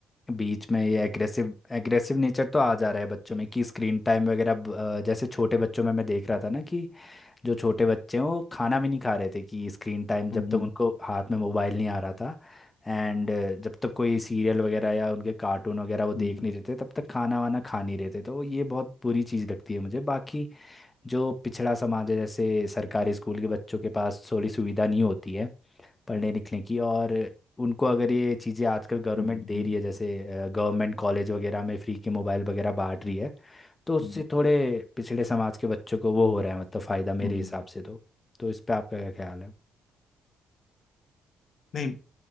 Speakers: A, on the left; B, on the left.
A: बीच में ये एग्रेसिव एग्रेसिव नेचर तो आ जा रहा है बच्चों में कि स्क्रीन टाइम वगैरह ब- अ, जैसे छोटे बच्चों में मैं देख रहा था ना कि जो छोटे बच्चे हैं वो खाना भी नहीं खा रहे थे कि स्क्रीन टाइम जब
B: हम्म हम्म
A: तक उनको हाथ में मोबाइल नहीं आ रहा था एंड जब तक कोई सीरियल वगैरह या उनके कार्टून वगैरह वो देख
B: हम्म,
A: नहीं रहे थे तब तक खाना वाना खा नहीं रहे थे तो ये बहुत बुरी चीज़ लगती है मुझे बाकी जो पिछड़ा समाज है जैसे सरकारी स्कूल के बच्चों के पास थोड़ी सुविधा नहीं होती है पढ़ने लिखने की और उनको अगर ये चीज़ें आजकल गवर्नमेंट
B: हम्म,
A: दे
B: हम्म।
A: रही है जैसे गवर्नमेंट कॉलेज वगैरह में फ्री के मोबाइल वगैरह बांट रही है तो उससे
B: हम्म,
A: थोड़े पिछड़े समाज के बच्चों को वो हो रहा है मतलब फ़ायदा मेरे
B: हम्म।
A: हिसाब से तो तो इस पे आपका क्या ख्याल है
B: नहीं